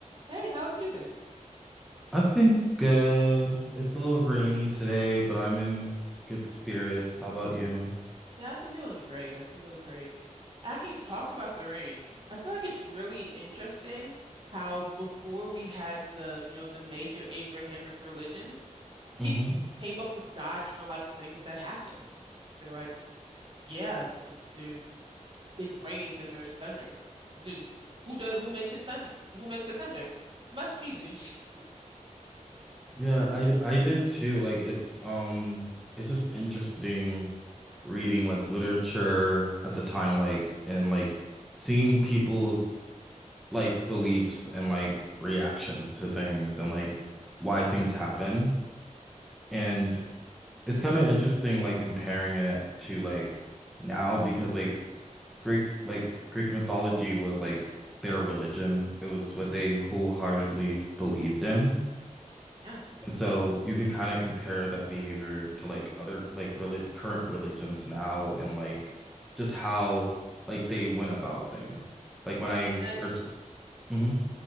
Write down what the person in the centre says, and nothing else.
I've been good. It's a little rainy today, but I'm in good spirits. How about you?
hmm
Yeah, I, d- I did too. Like it's um it's just interesting reading like literature at the time like and like seeing people's like beliefs and like reactions to things and like why things happen. And it's kind of interesting like comparing it to like now because like Greek like Greek mythology was like their religion. It was what they wholeheartedly believed in.
And so you can kind of compare that behavior to like other like reli current religions now and like just how like they went about things. Like when I
1st hmm